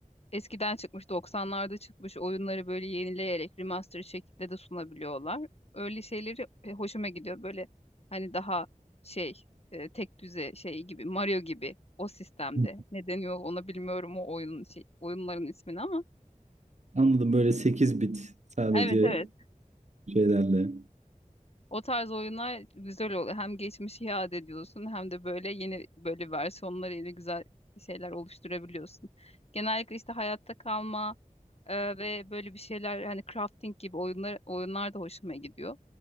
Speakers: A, on the left; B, on the right.
A: eskiden çıkmış 90'larda çıkmış oyunları böyle yenileyerek remaster şekilde de sunabiliyorlar. Öyle şeyleri e, hoşuma gidiyor. Böyle hani daha şey e, tek düze şey gibi Mario gibi o sistemde.
B: Hı.
A: Ne deniyor ona bilmiyorum o oyunun şey, oyunların ismini ama.
B: Anladım böyle 8 bit sadece
A: Evet evet.
B: şeylerle.
A: O tarz oyunlar güzel oluyor. Hem geçmişi iade ediyorsun hem de böyle yeni böyle versiyonlarıyla güzel şeyler oluşturabiliyorsun. Genellikle işte hayatta kalma e, ve böyle bir şeyler hani crafting gibi oyunlar oyunlar da hoşuma gidiyor.